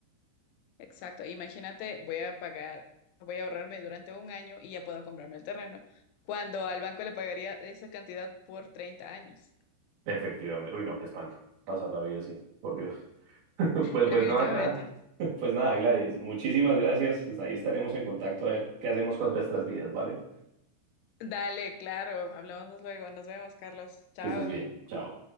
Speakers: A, on the left; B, on the right.
A: Exacto. Imagínate, voy a pagar, voy a ahorrarme durante un año y ya puedo comprarme el terreno, cuando al banco le pagaría esa cantidad por treinta años.
B: Efectivamente. Uy, no, qué espanto. Pasar la vida así, por Dios. <laughs> Pues,
A: Definitivamente.
B: pues no, nada.
A: <laughs>
B: <laughs> Pues nada, Gladys, muchísimas gracias. Pues Ahí estaremos en contacto a ver qué hacemos con nuestras vidas, ¿vale?
A: Dale, claro. Hablamos luego. Nos vemos, Carlos. Chao.
B: Que estés bien. Chao.